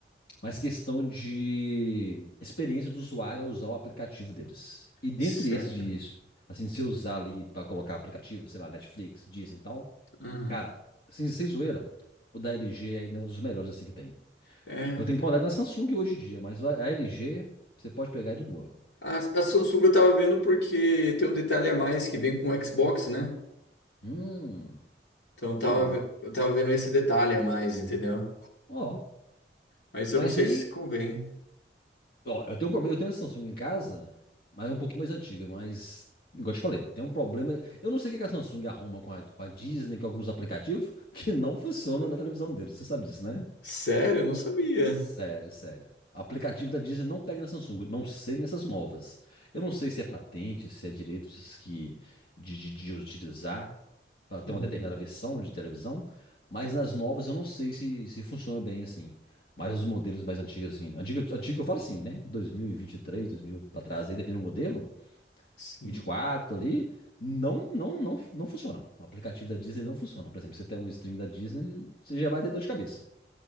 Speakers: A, on the left (about 60°); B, on the left (about 75°).
A: mas questão de experiência do usuário ao usar o aplicativo deles. E dentre
B: sério?
A: esses de, assim, se eu usar ali para colocar aplicativo, sei lá, Netflix, Disney e tal,
B: Hum,
A: cara, assim, sem zoeira, o da LG ainda é ainda um dos melhores, assim, que tem.
B: é.
A: Eu tenho que dar uma olhada na Samsung hoje em dia, mas a LG você pode pegar de boa.
B: A, a Samsung eu tava vendo porque tem um detalhe a mais que vem com o Xbox, né?
A: Hum,
B: Então eu tava,
A: sim.
B: ve- eu tava vendo esse detalhe a mais, entendeu?
A: Ó,
B: Mas eu
A: mas
B: não sei
A: aí
B: se convém.
A: Ó, eu tenho um problema, eu tenho essa Samsung em casa, mas é um pouquinho mais antiga, mas, igual eu te falei, tem um problema. Eu não sei o que que a Samsung arruma com a, com a Disney, com alguns aplicativos, <laughs> que não funciona na televisão deles. Você sabe disso, né?
B: Sério? Eu não sabia.
A: Sério, sério. Aplicativo da Disney não pega na Samsung, não sei nessas novas. Eu não sei se é patente, se é direitos que de, de- de utilizar para ter
B: Hum,
A: uma determinada versão de televisão, mas nas novas eu não sei se, se funciona bem assim. Mas os modelos mais antigos, assim, antigo, antigo eu falo assim, né? 2023, 2000 para trás, aí depende do modelo,
B: sim.
A: 24 ali, não, não, não, não funciona. O aplicativo da Disney não funciona. Por exemplo, você tem um stream da Disney, você já vai ter dor de cabeça.